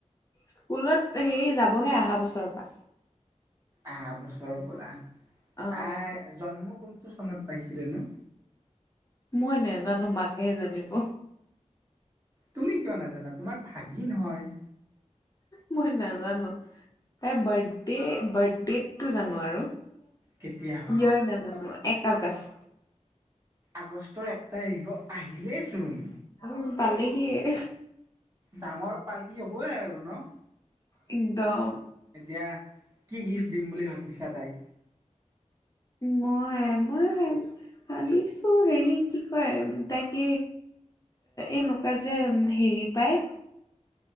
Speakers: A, on the left; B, on the right.
A: স্কুলত হেৰি, যাবহে অহা বছৰৰ পৰা।
B: আহা বছৰৰ পৰা,
A: অ
B: তাই জন্ম কোনটো চনত পাইছিলে নো?
A: মই নেজানো, মাকেহে জানিব।
B: তুমি কিয় নাজানা, তোমাৰ ভাগিন হয়।
A: মই নাজানো। এই বাৰ্থডে, বাৰ্থডেটটো জানো আৰু। <unintelligible>
B: কেতিয়া হয়
A: এক আগষ্ট।
B: আগষ্টৰ এক তাৰিখ, অ' আহিলেইচোন।
A: উম, পালেহিয়েই।
B: ডাঙৰ পাৰ্টি হবয়ে আৰু নহ?
A: একদম।
B: এতিয়া কি গিফ্ট দিম বুলি ভাবিছা তাইক?
A: মই-মই ভ ভাবিছো হেৰি কি কয় তাইক এনেকুৱা যে হেৰি পায়